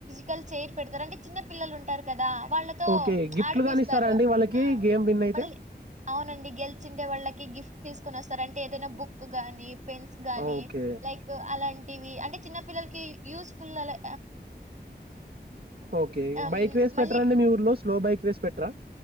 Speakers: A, on the right; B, on the right.
A: కల్ చెయ్ర్ పెడతారు అంటే చిన్న పిల్లలుంటరు కదా వాళ్ళతో
B: ఓకే గిఫ్ట్లు
A: ఆడిపిస్తారు.
B: కాని ఇస్తారా అండి వాళ్ళకి
A: ఆ
B: గేమ్ విన్ అయితే
A: మళ్ళీ అవునండి గెల్చిండే వాళ్ళకి గిఫ్ట్ తీస్కొనొస్తార్ అంటే ఏదైనా బుక్. గాని పెన్స్ గాని
B: ఓకే
A: లైక్ అలాంటివి అంటే చిన్న పిల్లలకి యూజ్. ఫుల్ అలా
B: ఓకే
A: అమ్,
B: బైక్ రేస్
A: మళ్ళీ
B: పెట్ట్రాండి మీ ఊర్లో స్లో బైక్ రేస్ పెట్ట్రా.